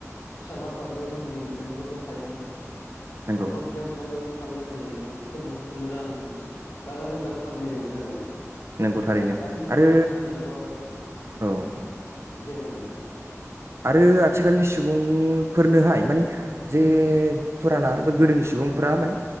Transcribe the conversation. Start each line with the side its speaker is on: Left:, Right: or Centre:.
Left: फिसालाफ्राबो उन्दै उन्दैनिफ्रायनो ज' ज' थायोमोन
Right: नंगौ
Left: न'खराव बिदा फंबाय ज' ज' थालाय लायनाय जायोमोन। फोर्बोफोरखौ मोजां गाजा गोमजा फालिनाय जायोमोन आरो।
Right: नंगौ थारैनो
Left: दानि जुगाव
Right: आरो
Left: जोंनाथ'
Right: औ
Left: दे बुंलाय नोंथां।
Right: आरो आथिखालनि सुबुंफोरनोहाय माने जे फुराना एबा गोदोनि सुबुंफोरा माने